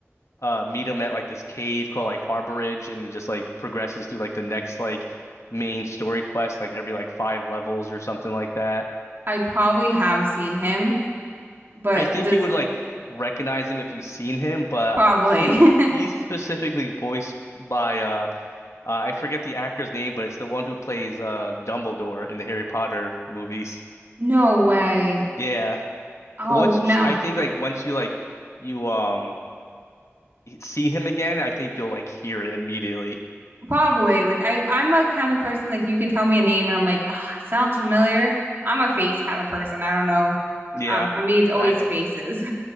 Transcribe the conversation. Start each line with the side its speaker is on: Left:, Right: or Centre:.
Left: uh meet him at like this cave called like Harborage, and he just like progresses through like the next like main story quest like every like five levels or something like that.
Right: I probably have seen him, but
Left: I think
Right: this
Left: you would like recognize him if you've seen him, but
Right: probably.
Left: he
Right: <laughs>
Left: he's specifically voiced by uh. Uh, I forget the actor's name, but it's the one who plays uh Dumbledore in the Harry Potter movies.
Right: No way.
Left: Yeah.
Right: Oh,
Left: Once
Right: no.
Left: I think like once you like you um see him again, I think you'll like hear it immediately.
Right: Probably. Like I I'm a kind of person like you can tell me a name and I'm like, oh, sounds familiar. I'm a face kind of person. I don't know.
Left: Yeah.
Right: Um, for me it's always
Left: I,
Right: faces.